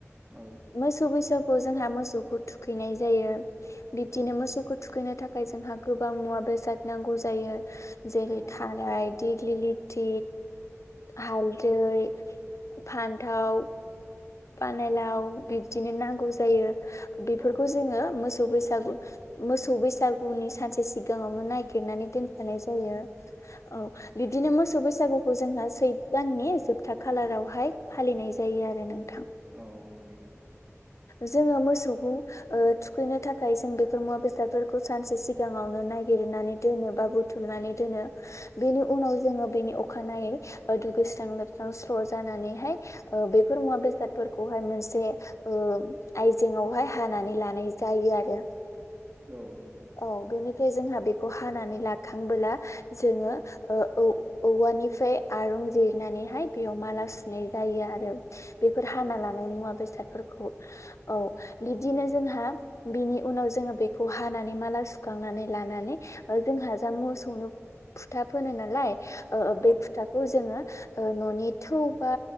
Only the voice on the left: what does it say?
मोसौ बैसागु जोंहा मोसौखौ थुखैनाय जायो। बिदिनो
मोसौखौ थुखैनो थाखाय जोंहा गोबां मुवा बेसाद नांगौ जायो। जेरै
थाराय दिग्लि लिति हालदै फान्थाव। पानेलाव बिब्दिनो नांगौ जायो। बेफोरखौ
जोङो मोस सौ बैसागु मोसौ बैसागुनि सानसे सिग गाङावनो नायगिरनानै दोनखानाय जायो औ बिब्दिनो मोसौ बैसागुखौ जोंहा सैथ दाननि जोबथा खालारावहाय फालिनाय जायो आरो नों
जोङो मोसौखौ ओ थुखैनो थाखाय जों बेफोर मुवा बेसादफोरखौ सानसे सिगाङावनो नाय गिरनानै दोनोबा बुथुमनानै दोनो बेनि उनाव जोङो बेनि अखानायै दुगैस्रां लोबस्रां स्र' जानानैहाय ओ बेफोर मुवा बेस सादफोरखौहाय मोनसे उम आयजेंयावहाय हानानै लानाय जायो आरो।
औ बेनिफ्राय जोंहा बे खौ हानानै लाखांबोला जोङो ओ औव औवानिफ्राय आरुं जिरनानै बेहाय बेयाव माला सुनाय जायो आरो बेफोर हाना
लानाय मुवा बेसाद फोरखौ औ बिदिनो जोंहा बिनि उनाव जोङो बेखौ हानानै माला सुखा खांनानै लानानै ओ जोंहा जा मोसौनो फुथा फोनो नालाय। ओ ओ बे
फुथाखौ जोङो ओ न'नि थौ बा